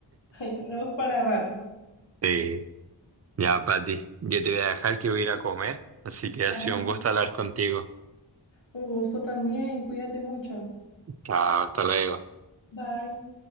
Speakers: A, on the left (about 80°); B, on the right (about 35°).
A: Ahí tenemos para rato.
B: Sí. Ya, Pati, yo te voy a dejar que voy a ir a comer, así que ha
A: Ajá.
B: sido un gusto hablar contigo.
A: Un gusto también. Cuídate mucho.
B: Chao, hasta luego.
A: Bye.